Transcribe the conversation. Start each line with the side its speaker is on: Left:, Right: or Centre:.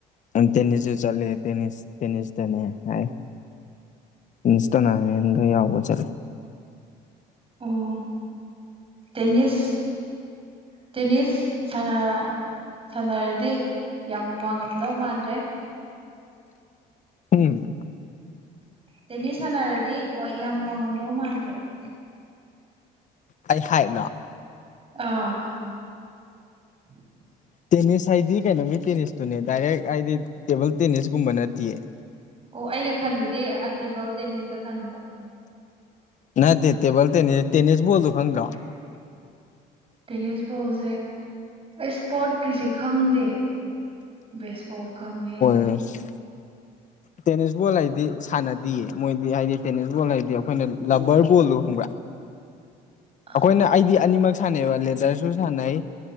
Left: ꯑꯪ ꯇꯦꯅꯤꯁꯖꯨ ꯆꯠꯂꯦ ꯇꯦꯅꯤꯁ ꯇꯦꯅꯤꯁꯇꯅꯦ ꯍꯥꯏ ꯏꯟꯁ ꯇꯣꯔꯅꯥꯃꯦꯟꯒ ꯌꯥꯎꯕ ꯆꯠꯂꯦ
Right: ꯑꯣ ꯇꯦꯅꯤꯁ ꯇꯦꯅꯤꯁ ꯁꯥꯅꯔ ꯁꯥꯅꯔꯗꯤ ꯌꯥꯝ ꯋꯥꯉꯝꯗꯧ ꯃꯥꯟꯗ꯭ꯔꯦ
Left: ꯎꯝ
Right: ꯇꯦꯅꯤꯁ ꯁꯥꯅꯔꯗꯤ ꯋ ꯌꯥꯝ ꯋꯥꯡꯉꯝꯗꯧ ꯃꯥꯟꯗ꯭ꯔꯦꯕ
Left: ꯑꯩ ꯍꯥꯏꯠꯅ‌ꯣ
Right: ꯑꯥ <inaudible>
Left: ꯇꯦꯅꯤꯁ ꯍꯥꯏꯗꯤ ꯀꯩꯅꯣꯒꯤ ꯇꯦꯅꯤꯁꯇꯨꯅꯦ ꯗꯥꯏꯔꯦꯛ ꯍꯥꯏꯗꯤ ꯇꯦꯕꯜ ꯇꯦꯅꯤꯁ ꯒꯨꯝꯕ ꯅꯠꯇꯤꯌꯦ
Right: ꯑꯣ ꯑꯩꯅ ꯈꯟꯕꯗꯤ ꯑꯥ ꯇꯦꯕꯜ ꯇꯦꯅꯤꯁꯇ ꯈꯟꯕ
Left: ꯅꯠꯇꯦ ꯇꯦꯕꯜ ꯇꯦꯅꯤ ꯇꯦꯅꯤꯁ ꯕꯣꯜꯗꯣ ꯈꯪꯗ꯭ꯔꯣ
Right: <unintelligible> ꯇꯦꯅꯤꯁ ꯕꯣꯜꯖ‌ꯦ ꯑꯩ ꯁ꯭ꯄꯣꯠꯀꯤꯖ‌ꯦ ꯈꯪꯗꯦ ꯕꯦꯁꯕꯣꯜ ꯈꯪꯉꯦ
Left: ꯌ‌ꯦꯁ ꯇꯦꯅꯤꯁ ꯕꯣꯜ ꯍꯥꯏꯗꯤ ꯁꯥꯟꯅꯗꯤꯌꯦ ꯃꯣꯏꯗꯤ ꯍꯥꯏꯗꯤ ꯇꯦꯅꯤꯁ ꯕꯣꯜ ꯍꯥꯏꯗꯤ ꯑꯩꯈꯣꯏꯅ ꯂꯕꯔ ꯕꯣꯜꯗꯣ ꯈꯪꯕ꯭ꯔ꯫
Right: ꯑ
Left: ꯑꯩꯈꯣꯏꯅ ꯑꯩꯗꯤ ꯑꯅꯤꯃꯛ ꯁꯥꯟꯅꯩꯕ ꯂꯦꯗꯔꯁꯨ ꯁꯥꯟꯅꯩ꯫